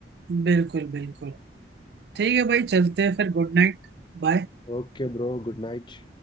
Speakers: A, on the right; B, on the left.
A: बिल्कुल बिल्कुल ठीक है भाई चलते हैं फिर गुड नाइट बाय
B: Okay bro good night